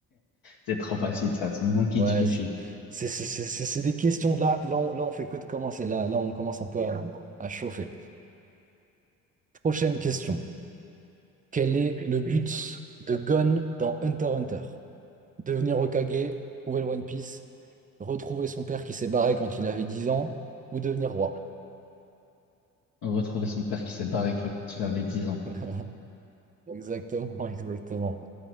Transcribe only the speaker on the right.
Ouais,
c'est c'est- c'est- c'est- c'est- c'est des questions de là. Là on, là, on fait que de commencer. Là, là, on commence un peu à, à chauffer. Prochaine question. Quel est le but de Gon dans Hunter x Hunter? Devenir Hokage, trouver le One Piece, retrouver son père qui s'est barré quand il avait 10 ans, ou devenir roi.
<laughs> Exactement, exactement.